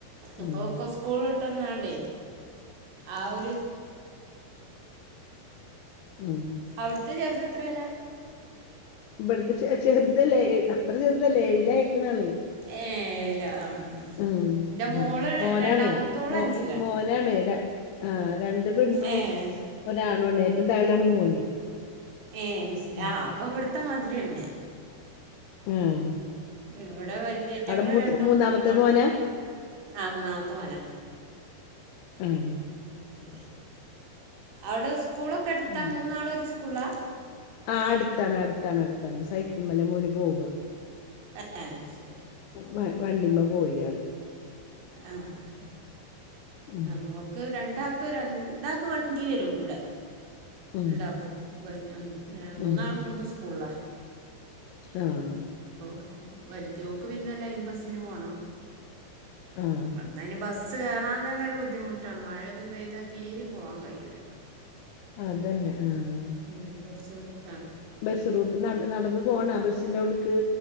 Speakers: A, on the right; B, on the left.
A: ഇപ്പൊക്ക
B: ഉം
A: സ്കൂൾട്ടന്നാണ്ടേ ആഹ് ഒരു
B: ഉം
A: അവിടുത്തെ ചെറുത് എത്രെലാ
B: ഇവിടുത്തെ ചെ ചെറുതല്ലേ എ അത്ര ചെറുതല്ലേ എഴില് അയ്ക്കണ് ആള്
A: ഏഴില ആഹ് ആഹ്
B: ഉം
A: എൻ്റെ മോള്
B: ഉംമോനാണ്
A: രണ്ടാമത്തോള്
B: മോ
A: അഞ്ചിലാണ്
B: മോനാണ് രാ ആഹ് രണ്ട് പെണ്ണും
A: ഏഹ് ശരി
B: ഒരാണുണ് ഏറ്റവും താഴള്ളാണ് മോന്
A: ഏ സ്
B: ഉം
A: ആഹ് അപ്പൊ ഇവിടുത്തെ മാതിരിയന്നെ
B: ആഹ്
A: ഇവിടെ വല്ലേറ്റങ്ങള്
B: അവിടെ മൂത്ത
A: രണ്ടും
B: മൂന്നാമത്തെ
A: മോളാണ്
B: മോനാ
A: ആഹ് മൂന്നാമത്തെ മോനാ
B: ആഹ്
A: ഉം ശെരി അവിടെ സ്കൂളൊക്കെ അടുത്താ
B: ഉം
A: മൂന്നാളും ഒരു സ്കൂളാ
B: ആഹ് അടുത്താണ് അടുത്താണ് അടുത്താണ് സൈക്കിൾ മെല്ല മോന് പോവാ
A: അഹ് ആഹ് ശരി
B: വ വണ്ടിമ്മ പോയാള്
A: ആഹ് ആഹ് ആഹ്
B: ഉം
A: നമുക്ക് രണ്ടാക്ക് രണ്ടാക്ക് വണ്ടി വരും ഇവിടെ
B: ഉം
A: ണ്ടാക്കും വൽ ഉം മൂന്നാളും
B: ഉം
A: മൂന്ന് സ്കൂള്ളാ
B: ആഹ്
A: അപ്പൊ വല്ല്യോക്ക് പിന്നെ ലൈം ബസിന് പോണം
B: ആഹ്
A: ന്നായ്ന് ബസ്സ് കയറാൻ തന്നെ ഒരു ബുദ്ധിമുട്ടാണ് മഴയൊന്നും പെയ്താൽ തീരിം പോകാൻ കഴിയുല്ല
B: അതന്നെ ആഹ്
A: ഉം കുറച്ച് വിട്ടാണ്
B: ബസ്സ് റൂട്ട് നട് നടന്ന് പോണ ബസ്സിൻ്റെ അവുടുക്ക്